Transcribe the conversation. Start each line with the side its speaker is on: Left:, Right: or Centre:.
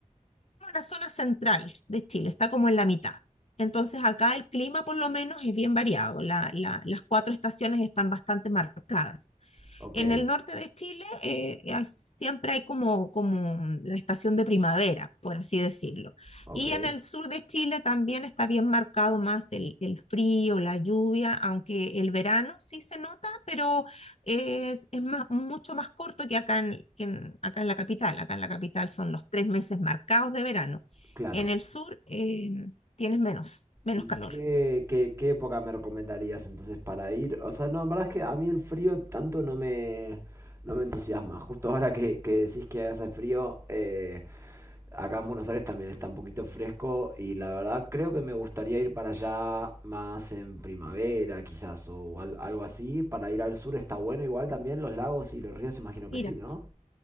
Left: La zona central de Chile está como en la mitad. Entonces acá el clima por lo menos es bien variado, la- la- las cuatro estaciones están bastante marcadas.
Right: Ok,
Left: En el norte de Chile eh, hay- siempre hay como, como la estación de primavera, por así decirlo.
Right: ok,
Left: Y en el sur de Chile también está bien marcado más el, el frío, la lluvia, aunque el verano sí se nota, pero es, es más- mucho más corto que acá en, que en- acá en la capital. Acá en la capital son los tres meses marcados de verano.
Right: claro.
Left: En el sur eh, tienes menos, menos
Right: ¿Y
Left: calor.
Right: qué, qué, qué época me recomendarías entonces para ir? O sea, no, la verdad es que a mí el frío tanto no me, no me entusiasma. Justo ahora que, que decís que hace frío, eh, Acá en Buenos Aires también está un poquito fresco y la verdad creo que me gustaría ir para allá más en primavera quizás o al- algo así. Para ir al sur está bueno igual también, los lagos y los ríos imagino
Left: Mira.
Right: que sí, ¿no?